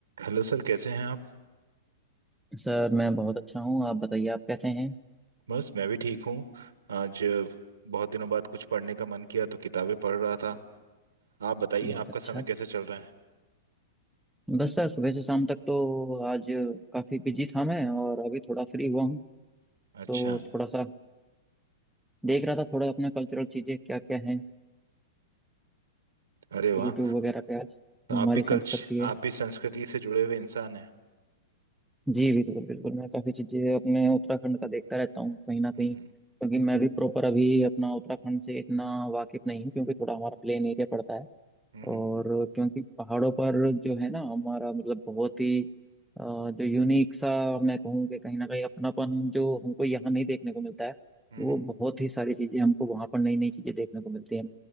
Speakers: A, on the right; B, in the centre.
A: Hello sir कैसे हैं आप
B: Sir मैं बहुत अच्छा हूँ आप बताइए आप कैसे हैं
A: बस मैं भी ठीक हूँ आज बहुत दिनों बाद कुछ पढ़ने का मन किया तो किताबें पढ़ रहा था आप बताइए
B: बहुत
A: आपका
B: अच्छा
A: समय कैसे चल रहा है
B: बस सर सुबह से शाम तक तो आज काफ़ी बिजी था मैं और अभी थोड़ा फ्री हुआ हूँ
A: अच्छा
B: तो थोड़ा सा देख रहा था थोड़ा अपना कल्चरल चीज़ें क्या क्या हैं
A: अरे वाह
B: यूट्यूब वगैरह पे आज
A: तो
B: जो
A: आप
B: हमारी
A: भी कल्च
B: संस्कृति है
A: आप भी संस्कृति से जुड़े हुए इंसान हैं
B: जी बिल्कुल बिल्कुल मैं काफ़ी चीज़ें अपने उत्तराखंड का देखता रहता हूँ कहीं ना कहीं
A: हम्म हम्म
B: क्योंकि मैं भी प्रॉपर अभी अपना उत्तराखंड से इतना वाकिफ नहीं हूँ क्योंकि थोड़ा हमारा प्लेन एरिया पड़ता है
A: हम्म
B: और
A: हम्म
B: क्योंकि पहाड़ों पर जो है ना हमारा मतलब बहुत ही अ, जो यूनिक सा मैं कहूँ कि कहीं ना कहीं अपनापन जो हमको यहाँ नहीं देखने को मिलता है
A: हम्म,
B: वो
A: हम्म,
B: बहुत ही सारी चीजें हमको वहाँ पर नई नई चीजें देखने को मिलती हैं